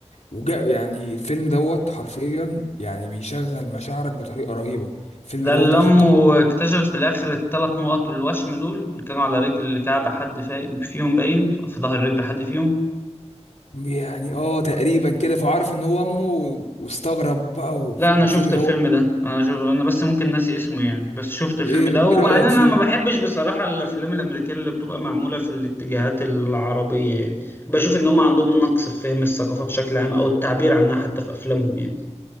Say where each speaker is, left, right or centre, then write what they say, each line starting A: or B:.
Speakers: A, on the left; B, on the left.
A: وجاء يعني الفيلم دوت حرفيا يعني بيشغل مشاعرك بطريقه رهيبه الفيلم
B: ده
A: دوت
B: اللي
A: اخد
B: امه
A: تقييم
B: اكتشفت في الاخر الثلاث نقط الوشم دول اللي كانوا على رجل كعب حد فا- فيهم باين في ظهر رجل حد فيهم
A: يعني اه تقريبا كده فعرف ان هو امه و- واستغرب بقى والفيلم
B: لا انا شفت
A: دوت
B: الفيلم ده انا شفت... انا بس ممكن ناسي اسمه يعني بس شفت الفيلم
A: ايه
B: ده
A: إيه
B: وبعدين
A: رايك
B: انا
A: فيه
B: ما بحبش بصراحة الافلام الامريكية اللي بتبقى معمولة في الاتجاهات العربية يعني بشوف ان هم عندهم نقص في فهم الثقافة بشكل عام او التعبير عنها حتى في افلامهم يعني